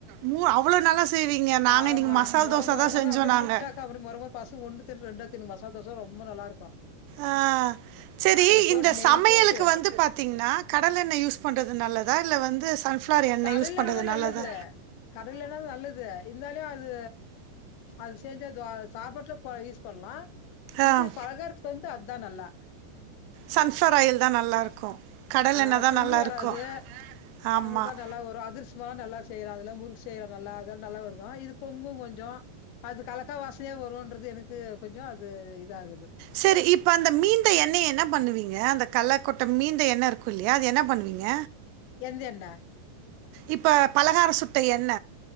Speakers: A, on the right; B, on the left.
A: மூ அவ்வளோ நல்லா செய்வீங்க நாங்கள்
B: ஆமா
A: இன்றைக்கி மசால்
B: மொர
A: தோசை
B: மொர
A: தான்
B: மொரம்
A: செஞ்சோம்
B: அப்படியே
A: நாங்கள்
B: புட்டாக்க அப்படியே மொர மொரம் பசு ஒன்னு தும் ரெண்டா தும் மசால் தோசை ரொம்ப நல்லா இருக்கும்
A: ஆஹ் சரி
B: போட்டு
A: இந்த
B: நெய்
A: சமையலுக்கு
B: போட்டு
A: வந்து பாத்தீ நா கடல எண்ணெய் யூஸ் பண்றது நல்லதா இல்ல வந்து சன்ப்ஃளவர் எண்ணெய்
B: கடலெண்ணெய்
A: யூஸ் பண்றது
B: தான்
A: நல்லதா
B: நல்லது. கடலெண்ண நல்லது. இருந்தாலு அது அது செஞ்ச அத சாப்புட்டு போய் பண்ணலாம் இது
A: ஆ
B: பலகாரத்துக்கு வந்து அதுதான்நல்லா
A: சன்ஃப்ளவர் ஆயில் தான் நல்லா இருக்கும் கடல் எண்ணெய்
B: அது
A: தான்
B: பொங்கி
A: நல்லா
B: வராது
A: இருக்கும் ஆமாம்
B: நம்மளுக்கா நல்லா வரும் அதிர்சமாம் நல்லா செய்யற அதல முறுக்கு செய்யலாம் நல்லா அதல்லாம் நல்லா வருக்கும் இது பொங்கும் கொஞ்சம் அது கலக்கா வாசனையா வரும்ன்றது எனக்கு கொஞ்சம் அது இத ஆகுது
A: சரி இப்ப அந்த மீந்த எண்ணெய என்ன பண்ணுவீங்க அந்த கள்ளக்கொட்ட மீந்த எண்ண இருக்கும் இல்லையா அது என்ன பண்ணுவீங்க
B: எந்தெண்ண
A: இப்ப பலகார சுட்ட என்ன